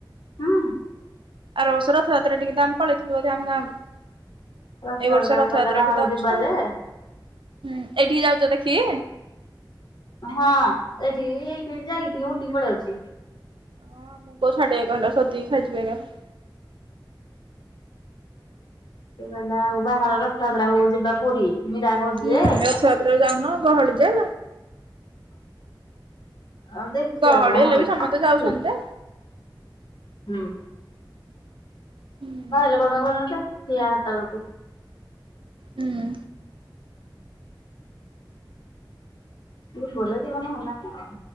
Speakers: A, on the left (about 60°); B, on the right (about 90°).
A: ହୁଁ
B: ଆର ବର୍ଷ ରଥଯାତ୍ରା ଟିକିି ତ ଆମେ ପଳେଇଥିଲୁ ବୋଧେ ଆମ ଗାଁକୁ।
A: ରଥଯାତ୍ରାକୁ
B: ଏଇ ବର୍ଷ ରଥଯାତ୍ରାଠି
A: କହିଲା ବାହାର
B: ତ ଅଛ।
A: ଯିବା
B: ହୁଁ
A: ଯେ
B: ଏଇଠିକି ଯାଉଛ ଦେଖି?
A: ହଁ ଏଇଠିକି ଏଇଠିକି ଯାଇକି ଟିକେ <unintelligible> କି ପଳେଇ ଆଉଛି।
B: ହଁ ମୁଗ <unintelligible> ସୋଦିକି ଖାଇଯିବେ। <unintelligible>
A: ସେ କହିଲା ଆଉ ବାହାର ରଥଯାତ୍ରାକୁ ଯିବା ପୁରୀ। ମୀରା କହୁଛି
B: ହୁଁ
A: ଯେ
B: ରଥଯାତ୍ରାକୁ ଯାଉନ ଗହଳି ଯେ
A: ଆଉ ଦେଖିବା
B: ଗହଳି
A: କଣ
B: ହେଲେ
A: ହଉଛି।
B: ବି ସମସ୍ତେ ଯାଉଛନ୍ତି
A: ଠିକ
B: ଯେ।
A: ହୁଁ।
B: ହୁଁ।
A: <unintelligible> ବେଳୁକୁ
B: ହୁଁ।
A: ଟିକେ ଭଲ ଜୀବନ <unintelligible> ଆଉ